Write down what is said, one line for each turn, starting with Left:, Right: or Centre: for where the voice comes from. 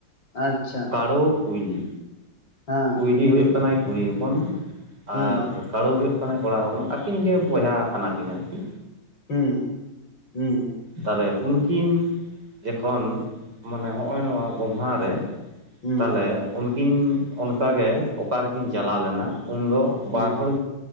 Left: ᱟᱪᱪᱷᱟ᱾
Right: ᱠᱟᱨᱚ ᱠᱩᱭᱞᱤ᱾
Left: ᱦᱟᱸ᱾
Right: ᱠᱩᱭᱤ ᱦᱩᱭᱩᱜ ᱠᱟᱱᱟᱭ ᱠᱩᱲᱤ ᱦᱚᱯᱚᱱ
Left: ᱦᱩᱸ
Right: ᱟᱨ ᱠᱟᱲᱩ ᱦᱩᱭᱩᱜ ᱠᱟᱱᱟᱭ ᱠᱚᱲᱟ ᱦᱚᱯᱚᱱ ᱟᱹᱠᱤᱱ ᱜᱮ ᱵᱚᱭᱦᱟ ᱠᱟᱱᱟᱠᱤᱱ ᱟᱨᱠᱤ᱾
Left: ᱦᱩᱸ ᱦᱩᱸ᱾
Right: ᱛᱟᱦᱞᱮ ᱩᱱᱠᱤᱱ ᱡᱚᱠᱷᱚᱱ ᱢᱟᱱᱮ ᱱᱚᱜᱚᱭ ᱱᱚᱣᱟ ᱜᱚᱢᱦᱟᱨᱮ᱾
Left: ᱦᱩᱸ
Right: ᱛᱟᱦᱞᱮ ᱩᱱᱠᱤᱱ ᱚᱱᱠᱟᱜᱮ ᱚᱠᱟ ᱨᱮᱠᱤᱱ ᱪᱟᱞᱟᱣ ᱞᱮᱱᱟ ᱩᱱᱫᱚ
Left: ᱦᱩᱸ
Right: ᱵᱟᱨ
Left: ᱦᱩᱸ
Right: ᱦᱚᱲ